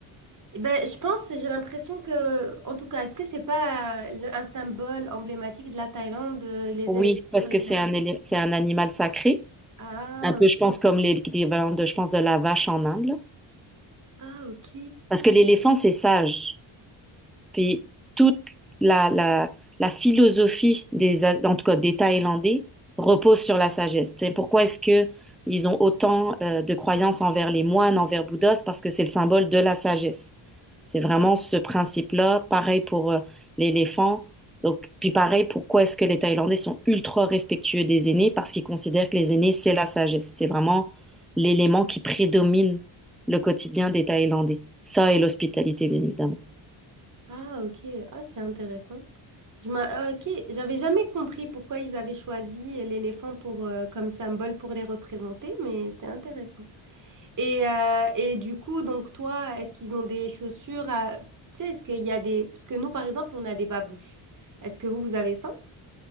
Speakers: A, on the right (about 35°); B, in the centre.
A: Eh Ben, je pense, j'ai l'impression que, en tout cas, est-ce que c'est pas euh, le- un symbole emblématique de la Thaïlande, euh, les
B: Oui,
A: éléphants
B: parce
A: sur les
B: que c'est
A: ailes?
B: un, élé- c'est un animal sacré.
A: Ah,
B: Un peu, je pense, comme l'équivalent de, je pense, de la vache en Inde. là.
A: ah, ok.
B: Parce que l'éléphant, c'est sage. Puis toute la, la- la philosophie des, en tout cas des Thaïlandais repose sur la sagesse. Tu sais, pourquoi est-ce que ils ont autant euh, de croyances envers les moines, envers Bouddha? C'est parce que c'est le symbole de la sagesse. C'est vraiment ce principe-là. Pareil pour euh, l'éléphant. Donc, puis pareil, pourquoi est-ce que les Thaïlandais sont ultra respectueux des aînés? Parce qu'ils considèrent que les aînés, c'est la sagesse. C'est vraiment l'élément qui prédomine le quotidien des Thaïlandais. Ça et l'hospitalité, bien évidemment.
A: Ah, ok. Ah, c'est intéressant. Je m'a- ah, ok, j'avais jamais compris pourquoi ils avaient choisi l'éléphant pour, euh, comme symbole pour les représenter, mais c'est intéressant. Et, euh, et du coup, donc toi, est-ce qu'ils ont des chaussures à... Tu sais, est-ce qu'il y a des... Parce que nous, par exemple, on a des babouches. Est-ce que vous, vous avez ça?